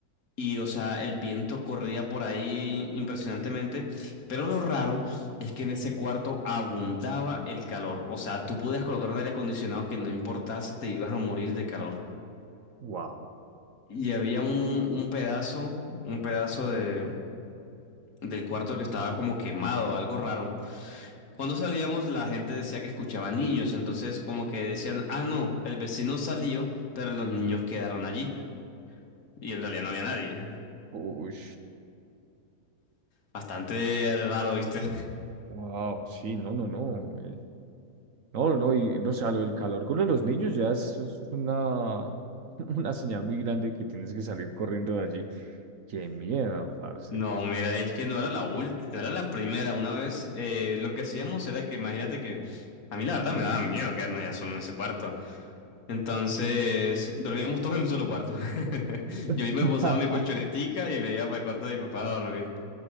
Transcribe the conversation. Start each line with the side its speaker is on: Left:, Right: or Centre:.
Left: Y, o sea, el viento corría por ahí impresionantemente. Pero lo raro es que en ese cuarto abundaba el calor. O sea, tú podías colocar un aire acondicionado que no importase, te ibas a morir de calor.
Right: wow.
Left: Y había un, un pedazo, un pedazo de, del cuarto que estaba como quemado, algo raro. Cuando salíamos, la gente decía que escuchaba niños. Entonces, como que decían, ah, no, el vecino salió, pero los niños quedaron allí. Y en realidad no había nadie.
Right: Uy,
Left: Bastante raro, ¿viste?
Right: Wow, sí, no, no, no. eh, no, no, y no, o sea, lo del calor con los niños ya es, es una, <laughs> una señal muy grande que tienes que salir corriendo de allí. Qué miedo, parce.
Left: No, mira, es que no era la última, no era la primera. Una vez eh, lo que hacíamos era que, imagínate que a mí la verdad me daba miedo quedarnos ya solo en ese cuarto. Entonces dormíamos todos en un solo cuarto. <laughs>
Right: <laughs>
Left: Yo me posaba mi colchonetica y me iba para el cuarto de mi papá a dormir.